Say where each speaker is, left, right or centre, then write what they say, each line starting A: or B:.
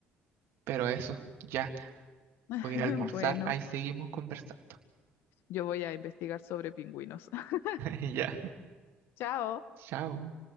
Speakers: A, on the right; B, on the left.
A: Pero eso, ya,
B: <laughs>
A: voy a ir a almorzar,
B: Bueno.
A: ahí seguimos conversando.
B: Yo voy a investigar sobre pingüinos. <laughs>
A: <laughs> Ya,
B: Chao.
A: chao.